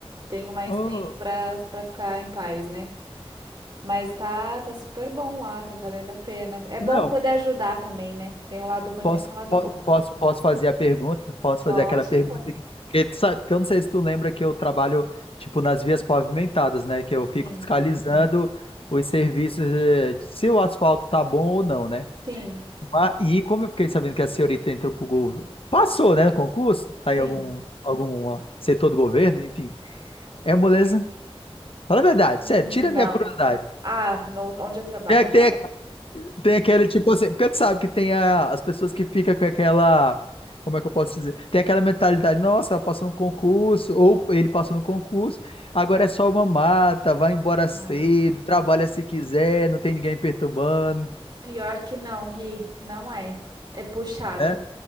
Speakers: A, on the right; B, on the left.
A: Tenho mais
B: Oh,
A: tempo para para ficar em paz, né? Mas tá, tá super bom lá, tá valendo a pena. É bom
B: não,
A: poder ajudar também, né? Tem um lado ruim,
B: Posso,
A: mas tem um lado
B: po-
A: bom.
B: posso, posso fazer a pergunta? Posso
A: Lógico.
B: fazer aquela pergunta que, que tu sabe, que eu não sei se tu lembra que eu trabalho tipo nas vias pavimentadas, né? Que eu fico
A: Sim,
B: fiscalizando os serviços eh, de se o asfalto tá bom ou não, né?
A: sim,
B: Ma- E como eu fiquei sabendo que a senhorita entrou pro governo, passou, né, no concurso, tá
A: sim.
B: em algum algum ó, setor do governo, enfim. É moleza. Fala a verdade,
A: Não.
B: sério, tira a minha curiosidade.
A: Ah, no- onde eu trabalho?
B: Tem, tem
A: Não.
B: Tem aquele tipo assim, porque tu sabe que tem a- as pessoas que ficam com aquela, como é que eu posso dizer? Tem aquela mentalidade, nossa, ela passou no concurso, ou ele passou no concurso, agora é só uma mata, vai embora cedo,
A: Ah, <laughs>
B: trabalha se quiser, não tem ninguém perturbando,
A: pior que não, Gui, não é. É puxado.
B: né?